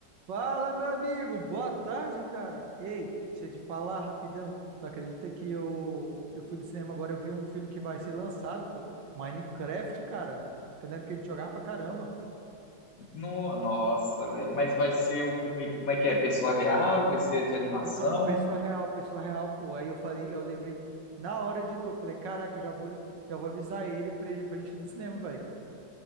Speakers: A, on the right (about 80°); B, on the left (about 50°).
A: Fala, meu amigo, boa tarde, cara. Ei, deixa eu te falar rapidão. Tu acredita que eu, eu fui no cinema agora, eu vi um filme que vai ser lançado, pô, Minecraft, cara. Que eu lembro que a gente jogava pra caramba.
B: No- nossa, velho. Mas vai ser o filme, como é que é? Pessoa real? Vai ser de animação?
A: Pessoa, pessoa real, pessoa real, pô. Aí eu falei, eu lembrei na hora de tu, eu falei, caraca, eu já vou, já vou avisar ele pra, ele pra gente ir no cinema, velho.